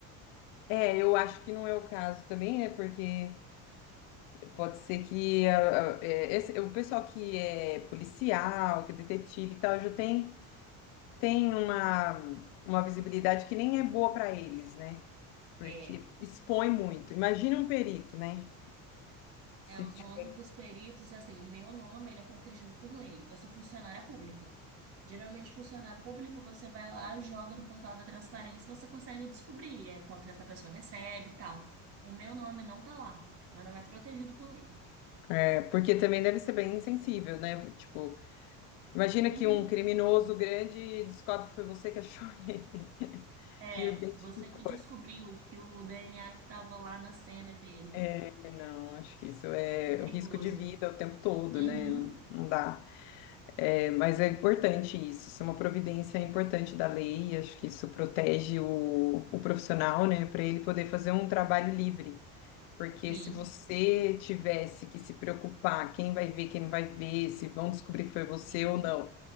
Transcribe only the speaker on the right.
É.
É, os
nomes dos peritos, assim, o meu nome, ele é protegido por lei. Eu sou funcionária pública. Geralmente, funcionário público, você vai lá, joga no portal da transparência, você consegue descobrir é, quanto que essa pessoa recebe e tal. O meu nome não tá lá. Meu nome é protegido por lei.
Uhum.
É,
você que descobriu que o DNA que estava lá na cena é dele.
É perigoso.
Uhum,
sim,
sim,